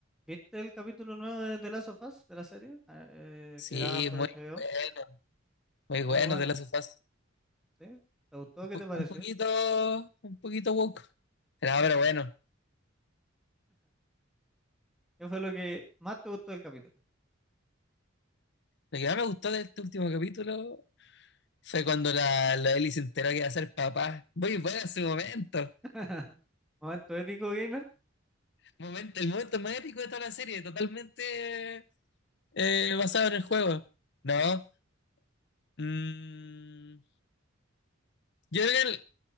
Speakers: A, in the centre; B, on the left (about 60°).
A: ¿Viste el capítulo nuevo de The Last of Us, de la serie? Ah, Eh,
B: Sí,
A: que daban por
B: muy
A: HBO.
B: bueno, muy bueno
A: Muy bueno,
B: de las sofás.
A: ¿sí? ¿Te gustó?
B: Un
A: ¿Qué
B: po-
A: te pareció?
B: un poquito, un poquito woke. Pero, pero bueno,
A: ¿Qué fue lo que más te gustó del capítulo?
B: lo que más me gustó de este último capítulo fue cuando la, la Ellie se enteró que iba a ser papá. Muy bueno ese momento.
A: <laughs> ¿Momento épico, gamer?
B: Momento, el momento más épico de toda la serie, totalmente eh, basado en el juego. No. mm, yo creo que el-